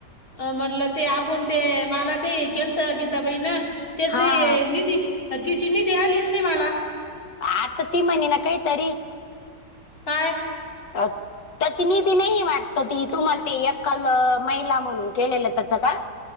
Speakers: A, on the left; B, on the left.
A: अ म्हणलं ते आपण ते मला ते हे केलंत गीताबाई ना त्याच
B: हा हा
A: निधी ह ती चिनी द आलीच नाही मला
B: आता ती म्हणी ना काहीतरी
A: काय
B: अ त्याची निधी नाही वाटत ती तुम्हाला ते एकाल महिला म्हणून केलेलं त्याच का